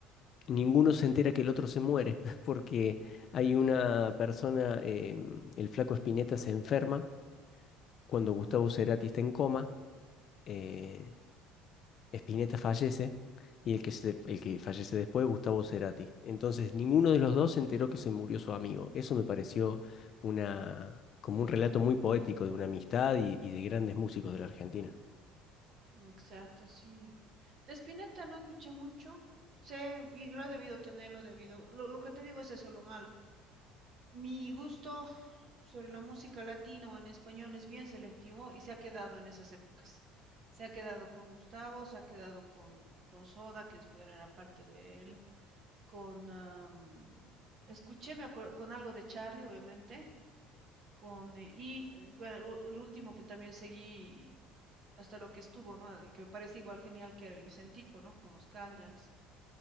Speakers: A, on the left; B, on the right.
A: Ninguno se entera que el otro se muere, <laughs> porque hay una persona, eh, el flaco Spinetta se enferma Cuando Gustavo Cerati está en coma, eh, Spinetta fallece y el que, se- el que fallece después es Gustavo Cerati. Entonces, ninguno de los dos se enteró que se murió su amigo. Eso me pareció una, como un relato muy poético de una amistad y, y de grandes músicos de la Argentina.
B: Exacto, sí. De Spinetta no escuché mucho, sé, y lo he debido tener, lo he debido, lo, lo que te digo es eso, lo malo. Mi gusto sobre la música latina o en español es bien selectivo y se ha quedado en esas épocas. Se ha quedado con Gustavo, se ha quedado con, con Soda, que es buena la parte de él, con... am, escuché, me acuerdo, con algo de Charlie, obviamente, con... eh, y, eh, bueno, lo- el último que también seguí hasta lo que estuvo, ¿no? Y Que me parece igual genial que era el Vicentico, ¿no? Con los Cadillacs.